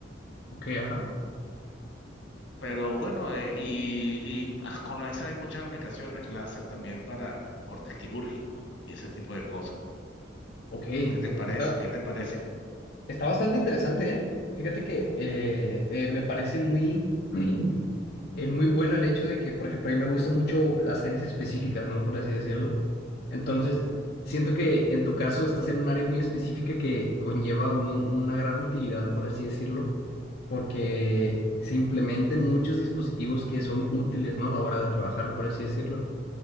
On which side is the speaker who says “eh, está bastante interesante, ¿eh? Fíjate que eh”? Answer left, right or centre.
Left